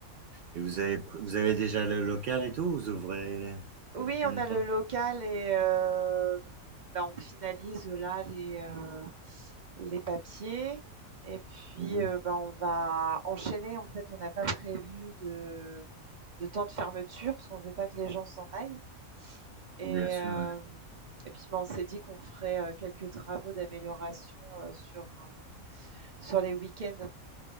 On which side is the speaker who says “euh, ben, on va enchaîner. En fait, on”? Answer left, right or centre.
Right